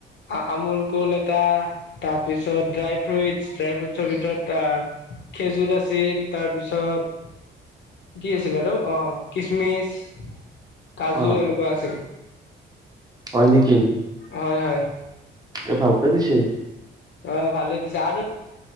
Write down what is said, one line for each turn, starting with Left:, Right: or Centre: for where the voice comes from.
Left: আ আমুল কুল এটা তাৰপিছত ড্ৰাই ফ্ৰুইটচ ড্ৰাই ফ্ৰুইট ছৰ ভিতৰত আহ খেজুৰ আছিল তাৰপিছত কি আছিল আৰু অ', কিচমিচ কাজু
Right: অ
Left: এনেকুৱা আছিল।
Right: হয়' নেকি?
Left: হয়', হয়',।
Right: এ', ভালকে দিছে।
Left: অ', ভালে দিছে আৰু